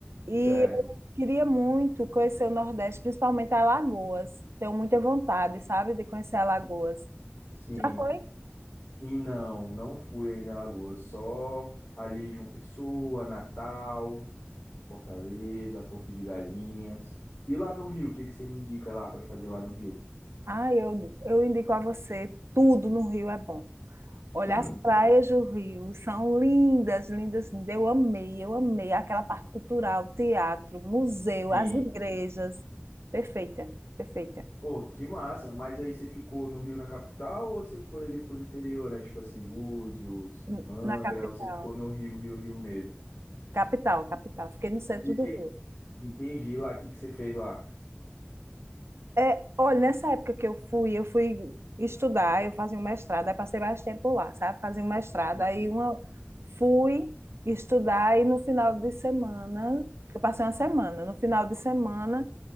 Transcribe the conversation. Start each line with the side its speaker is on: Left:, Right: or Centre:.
Right: E
Left: Certo.
Right: eu queria muito conhecer o Nordeste, principalmente Alagoas. Tenho muita vontade, sabe, de conhecer Alagoas.
Left: Sim.
Right: Já foi?
Left: E não, não fui ainda em Alagoas, só ali João Pessoa, Natal, Fortaleza, Porto de Galinhas. E lá no Rio, o que que você me indica lá para fazer lá no Rio?
Right: Ah, eu, eu indico a você, tudo no Rio é bom. Olha,
Left: <laughs>
Right: as praias do Rio são lindas, lindas, lindas. Eu amei, eu amei aquela parte cultural, teatro, museu,
Left: Sim.
Right: as igrejas. Perfeita, perfeita.
Left: Pô, que massa. Mas aí você ficou no Rio na capital ou você foi ali pros interior, né? Tipo assim, Búzios,
Right: N-
Left: Angra,
Right: Na capital.
Left: ou você ficou no Rio, Rio, Rio mesmo?
Right: Capital, capital. Fiquei no centro
Left: E o que...
Right: do Rio.
Left: Entendi E lá, o que que você fez lá?
Right: É, olha, nessa época que eu fui, eu fui estudar, eu fazia um mestrado, aí passei mais tempo lá, sabe? Fazia um mestrado,
Left: Hum.
Right: aí uma, fui estudar e no final de semana, eu passei uma semana, no final de semana